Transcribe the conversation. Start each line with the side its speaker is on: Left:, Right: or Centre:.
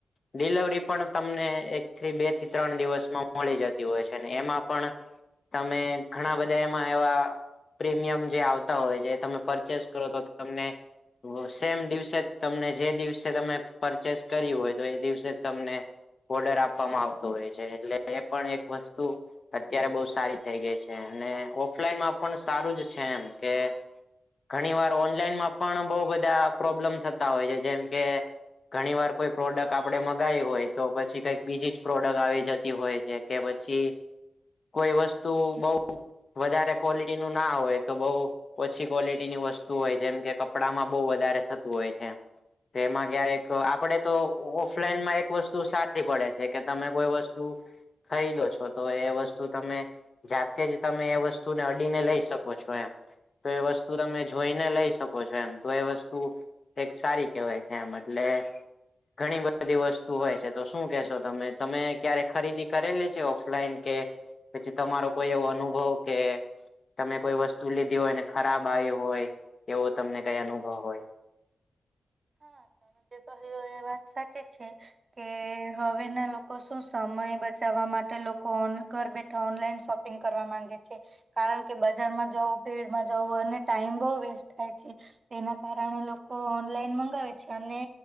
Left: ડિલવરી પણ તમને એક થી બે થી ત્રણ દિવસમાં મળી જતી હોય છેને એમાં પણ તમે ઘણા બધા એમાં એવા પ્રીમિયમ જે આવતા હોય છે તમે પરચેસ કરો તો તમને સેમ દિવસે જ તમને જે દિવસે તમે પરચેસ કર્યું હોય તો એ દિવસે તમને ઓર્ડર આપવામાં આવતો હોય છે એટલે એ પણ એક વસ્તુ અત્યારે બઉ સારી થઈ ગઈ છે અને ઓફલાઈનમાં પણ સારું જ છે એમ કે ઘણી વાર ઓનલાઈનમાં પણ બહુ બધા પ્રોબ્લેમ થતા હોય છે જેમ કે ઘણી વાર કોઈ પ્રોડક્ટ આપડે મગાવી હોય તો પછી કઈક બીજીજ પ્રોડક્ટ આવે જતી હોય છે કે પછી કોઈ વસ્તુ બઉ વધારે ક્વોલિટી નું ના હોય તો બહુ ઓછી ક્વોલિટી ની વસ્તુ હોય જેમ કે કપડામાં બહુ વધારે થતું હોય છે તેમાં ક્યારેક આપડે તો ઓફલાઈનમાં એક વસ્તુ સારી પડે છે જે કે તમે કોઈ વસ્તુ ખરીદો છો તો એ વસ્તુ તમે જાતે જ તમે એ વસ્તુને અડીને લઈ શકો છો એમ તો એ વસ્તુ તમે જોઈને લઈ શકો છો એમ તો એ વસ્તુ એક સારી કેહેવાય છે એમ એટલે ઘણી બધી બધી વસ્તુ હોય છે તો શું કેશો તમે તમે ક્યારે ખરીદી કરેલી છે ઓફલાઈન કે પછી તમારો કોઈ એવો અનુભવ કે તમે કોઈ વસ્તુ લીધી હોય ને ખરાબ આવી હોય એવો તમને કઈ અનુભવ હોય
Right: હા તમે જે કહ્યું એ વાત સાચી છે કે હવે ના લોકો શું સમય બચાવવા માટે લોકોન ઘર બેઠા ઓનલાઈન શોપ ઈનંગ કરવા માંગે છે કારણ કે બજારમાં જવ ભીડમાં જવ અને ટાઈમ બહ વેસ્ટ થાય છે તેના કારણે લોકો ઓનલાઈન મંગાવે છે અને